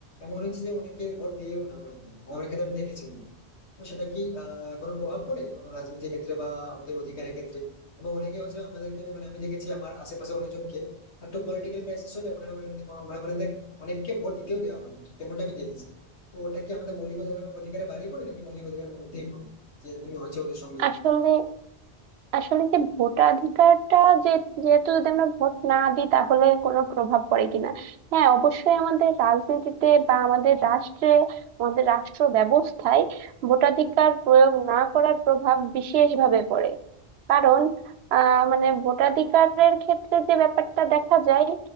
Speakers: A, on the left; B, on the right.
A: এমন হচ্ছে যে অনেকে ভোট দিয়েও না পর্যন্ত অনেক ক্ষেত্রে আমি দেখেছি কিন্তু। তো সেটা কি আহ কোনো প্রভাব পড়ে কোনো রাজনীতির ক্ষেত্রে বা ওদের অধিকারের ক্ষেত্রে এবং অনেকে হচ্ছে আমাদেরকে মানে আমি দেখেছি আমার আশেপাশে অনেকজনকে একটা পলিটিক্যাল ক্রাইসিস হলে ওখানে মানে মানে অনেক- অনেককে ভোট দিতেও দেওয়া হয় না তেমনটা আমি দেখেছি তো ওটা কি আমাদের মৌলিক অধিকার অধিকারের বাইরে পড়ে নাকি মৌলিক অধিকারের মধ্যেই পড়ে যে এরকম হয়েছে ওদের সঙ্গে
B: আসলে আসলে যে ভোটাধিকারটা যে যেহেতু যদি আমরা ভোট না দিই তাহলে কোনো প্রভাব পড়ে কিনা হ্যাঁ অবশ্যই আমাদের রাজনীতিতে বা আমাদের রাষ্ট্রে আমাদের রাষ্ট্র ব্যবস্থায় ভোটাধিকার প্রয়োগ না করার প্রভাব বিশেষভাবে পড়ে কারণ আহ মানে ভোটাধিকারের ক্ষেত্রে যে ব্যাপারটা দেখা যায়